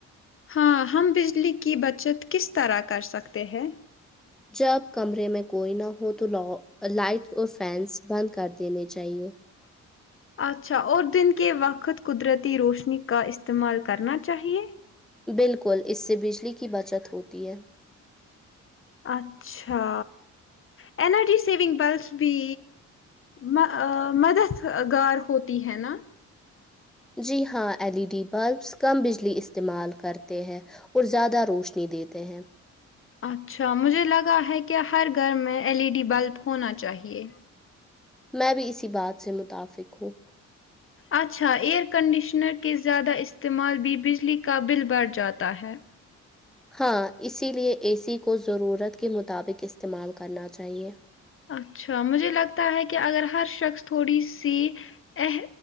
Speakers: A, on the left; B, in the centre.
A: ہاں ہم بجلی کی بچت کس طرح کر سکتے ہیں
B: جب کمرے میں کوئی نہ ہو تو لاو لائٹ اور فینس بند کر دینے چاہیے
A: اچھا اور دن کے وقت قدرتی روشنی کا استعمال کرنا چاہیے
B: بالکل اس سے بجلی کی بچت ہوتی ہے
A: اچھا L E D saving bulbs بھی م ا مددگار ہوتی ہے نا
B: جی ہاں ایل ای ڈی بلبس کم بجلی استعمال کرتے ہیں اور زیادہ روشنی دیتے ہیں
A: اچھا مجھے لگا ہے کہ ہر گھر میں ایل ای ڈی بلب ہونا چاہیے
B: میں بھی اسی بات سے متفق ہوں
A: اچھا ایئر کنڈیشنر کے زیادہ استعمال بھی بجلی کا بل بڑھ جاتا ہے
B: ہاں اسی لیے اے سی کو ضرورت کے مطابق استعمال کرنا چاہیے
A: اچھا مجھے لگتا ہے کہ اگر ہر شخص تھوڑی سی اح